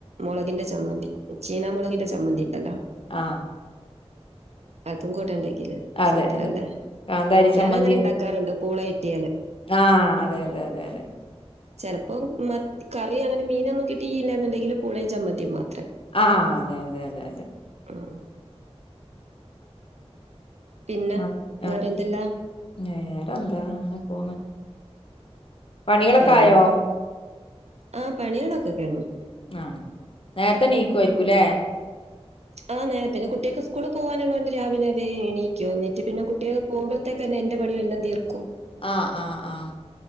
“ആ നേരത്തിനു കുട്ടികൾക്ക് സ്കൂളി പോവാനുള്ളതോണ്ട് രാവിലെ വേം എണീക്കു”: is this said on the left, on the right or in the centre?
Right